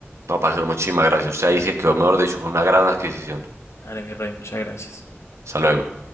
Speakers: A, on the right (about 90°); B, on the left (about 80°).
A: No, parcero, muchísimas gracias. Usted ahí se quedó, mejor dicho, con una gran adquisición.
B: Dale, mi rey, muchas gracias.
A: Hasta luego.